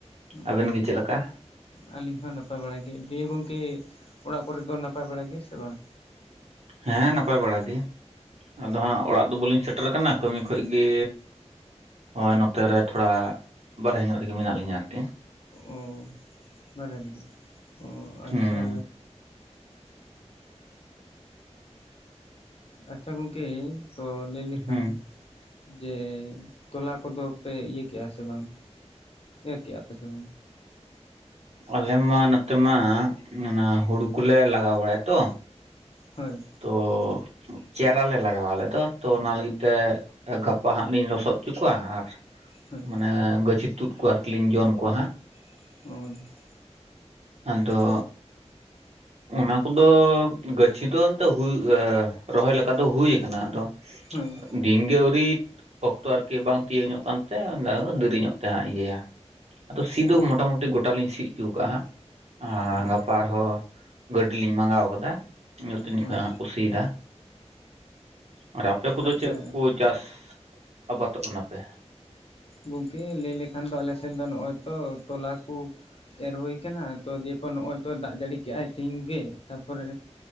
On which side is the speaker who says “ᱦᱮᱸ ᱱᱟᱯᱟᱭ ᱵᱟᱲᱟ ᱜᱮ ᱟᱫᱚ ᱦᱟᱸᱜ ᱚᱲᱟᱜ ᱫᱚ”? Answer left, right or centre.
Right